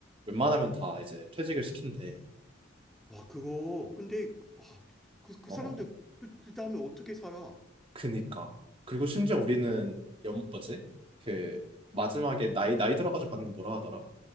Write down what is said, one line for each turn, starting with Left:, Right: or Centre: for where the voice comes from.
Right: 웬만하면 다 이제 퇴직을 시킨대.
Centre: 와 그거 근데 와, 그, 그
Right: 어,
Centre: 사람들 그, 그 다음에 어떻게 살아?
Right: 그니까. 그리고 심지어 우리는, 연, 뭐지? 그, 마지막에 나이, 나이 들어가지고 받는 거 뭐라 하더라?